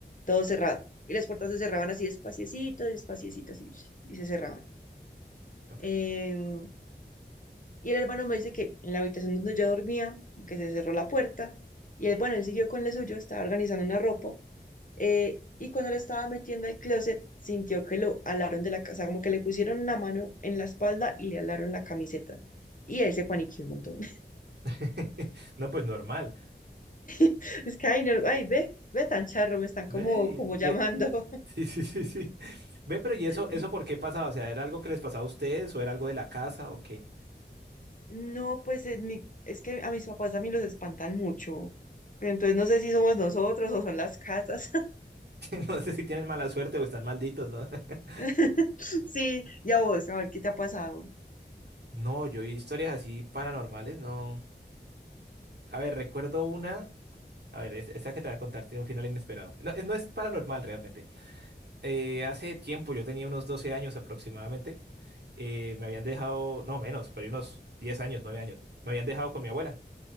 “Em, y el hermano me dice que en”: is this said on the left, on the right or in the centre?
Left